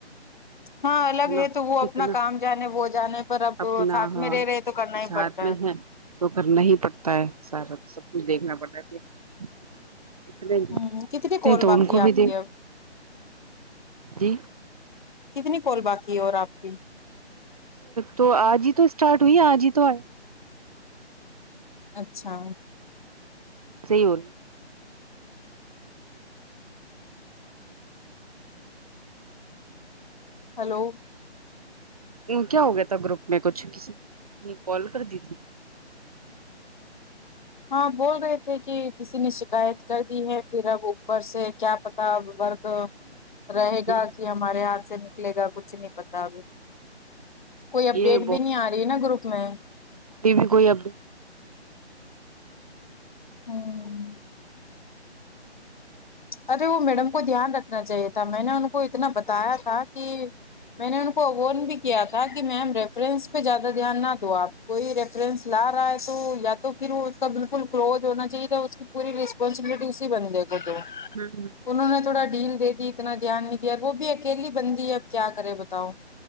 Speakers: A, on the left; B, on the right.
A: ہاں الگ
B: نا
A: ہے تو وہ
B: کتنا
A: اپنا کام جانے وہ جانے پر اب
B: اپنا
A: ساتھ
B: ہاں
A: میں رہ رہے تو کرنا ہی
B: ساتھ
A: پڑتا
B: ہے تو کرنا ہی پڑتا ہے سارا سب کچھ دیکھنا پڑتا ہے
A: ہوں کتنی کال
B: کہ تو
A: باقی
B: ان کو
A: ہے آپ
B: بھی
A: کی اب
B: جی
A: کتنی کول باقی ہے اور آپ کی
B: تو آج ہی تو اسٹارٹ ہوئی آج ہی تو آئے
A: اچھا
B: صیور
A: ہلو
B: کیا ہو گیا تھا گروپ میں کچھ کسی کال کر دی تھی
A: ہاں بول رہے تھے کہ کسی نے شکایت کر دی ہے پھر اب اوپر سے کیا بر رہے گا
B: ہوں
A: کہ ہمارے ہاتھ سے نکلے گا کچھ نہیں پتا ابھی کوئی اپڈیٹ
B: یہ
A: بھی نہیں آ رہی ہے نا گروپ میں
B: ٹی بھی کوئی اپ
A: ہاں ارے وہ میڈم کو دھیان رکھنا چاہیے تھا میں نے ان کو اتنا بتایا تھا کہ میں نے ان کو اوون بھی کیا تھا کہ میم ریفرنس پہ زیادہ دھیان نہ دو آپ کوئی ریفرنس لا رہا ہے تو یا تو پھر اس کا بالکل کلوز ہونا چاہیے تھا پوری ریسپانسبٹی اسی بن جائے گا تو
B: ہاں
A: انہوں نے تھوڑا ڈیل دے دی اتنا دھیان نہیں دیا وہ بھی اکیلی بندی ہے اب کیا کرے بتاؤ